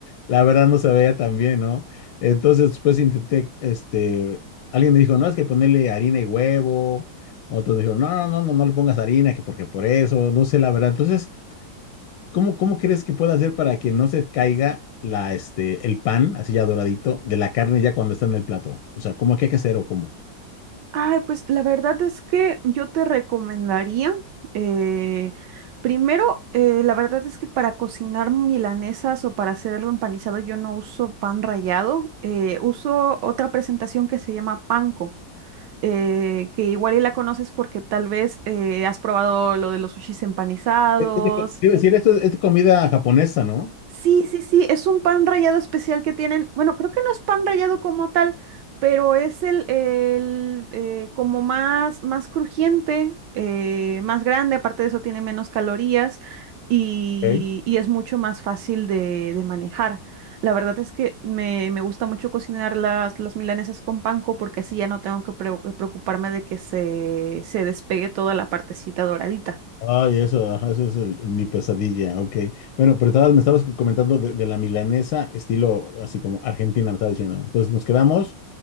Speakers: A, on the left; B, on the right.
A: La verdad no se veía tan bien, ¿no? Entonces después intenté, este, alguien me dijo, no, es que ponerle harina y huevo. Otros me dijeron, no, no, no, no, no le pongas harina, que porque por eso, no sé la verdad. Entonces... ¿Cómo, cómo crees que pueda hacer para que no se caiga la, este, el pan, así ya doradito, de la carne ya cuando está en el plato? O sea, ¿cómo que hay que hacer o cómo?
B: Ay, pues la verdad es que yo te recomendaría, eh, primero, eh, la verdad es que para cocinar milanesas o para hacer algo empanizado yo no uso pan rallado, eh, uso otra presentación que se llama panko, eh, que igual y la conoces porque tal vez eh, has probado lo de los sushis empanizados,
A: Es- es de que- Quiero decir, esto es, es de comida japonesa, ¿no?
B: Sí, sí, sí, es un pan rallado especial que tienen. Bueno, creo que no es pan rallado como tal, pero es el, el, eh, como más, más crujiente, eh, más grande, aparte de eso tiene menos calorías y,
A: Ok.
B: y es mucho más fácil de, de manejar. La verdad es que me, me gusta mucho cocinar las, las milanesas con panko porque así ya no tengo que preo- preocuparme de que se, se despegue toda la partecita doradita.
A: Ay, eso, ajá, eso es el- mi pesadilla, ok. Bueno, pero estabas, me estabas comentando de, de la milanesa, estilo así como Argentina, me estabas diciendo. ¿no? Entonces nos quedamos